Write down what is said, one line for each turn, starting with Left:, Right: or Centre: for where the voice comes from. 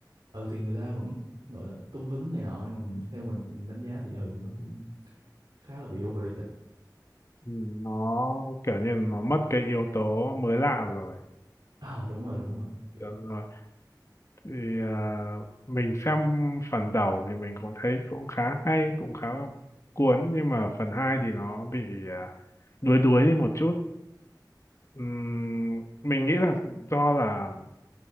Right: ừ thì người ta vẫn gọi là tung hứng này nọ nhưng mà theo mình đánh giá thì ừ nó cũng khá là bị overrated
Left: Ừ, nó kiểu như nó mất cái yếu tố mới lạ rồi
Right: ờ đúng rồi đúng rồi kiểu,
Left: đúng rồi thì à, mình xem phần đầu thì mình cũng thấy cũng khá hay cũng khá cuốn nhưng mà phần 2 thì nó bị à, đuối đuối đi một chút Ừm, mình nghĩ là do là